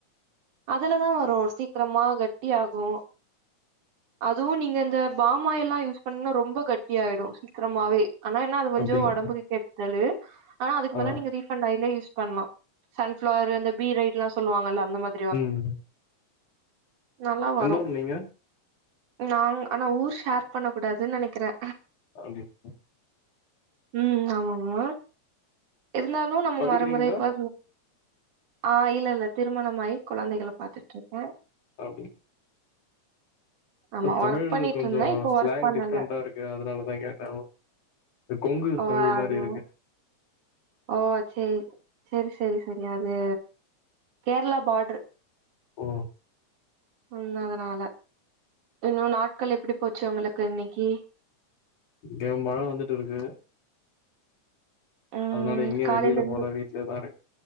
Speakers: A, on the right (about 80°); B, on the left (about 85°).
A: அதுல தா வரு சீக்கிரமா கட்டி ஆகு அதுவு நீங்க இந்த பாமாயில்லா யூஸ் பண்ணிங்னா ரொம்ப கட்டி ஆயிடு சீக்கிரமாவே ஆனா என்ன அது கொஞ்சோ
B: அப்டிங்க
A: உடம்புக்கு கெடுதலு ஆனா அதுக்கு
B: ஆ
A: பதில்ல நீங்க ரீஃபண்ட் ஆயிலே யூஸ் பண்லா சன்ஃப்ளவர் அந்த பீ ரைட்லா சொல்லு வாங்கல்ல அந்த மாரி
B: ம்
A: நல்லா வரு
B: எந்த ஊர் நீங்க
A: நா ஆனா ஊர் ஷேர் பண்ண கூடாதுன்னு நினைக்கிறே
B: கண்டிப்பா
A: உம் ஆம் ஆமாங்மா இருந்தாலு நம்ம
B: படிக்கிறீங்களா
A: மறைமுறைப் பா ஆஹ் இல்ல இல்ல திருமணமாய் குழந்தைகள பாத்துட்டு இருக்கே
B: அப்புடி
A: ஆமா
B: இ தமிழ்
A: ஒர்க் பண்ணிட்டு
B: கொஞ்சோ
A: இருந்தே இப்போ
B: ஸ்லாங்
A: ஒர்க் பண்ணல
B: டிஃப்ரண்ட்டா இருக் அதனாலதா கேட்டே நா கொங்கு
A: ஓ
B: தமிழ்
A: அது
B: மாரி இருக்கு
A: ஓ சரி சரி சரி சரி அது கேரளா பார்டரு
B: ஓ
A: உள்ள அதனால இன்னு நாட்கள் எப்படி போச்சு உங்களுக்கு இன்னைக்கு
B: இங்க மழ வந்துட்டு இருக்கு
A: ம்
B: அதனால எங்கயு
A: காலையில
B: வெளில
A: இருந்து
B: போல வீட்டுலதா இருக்கே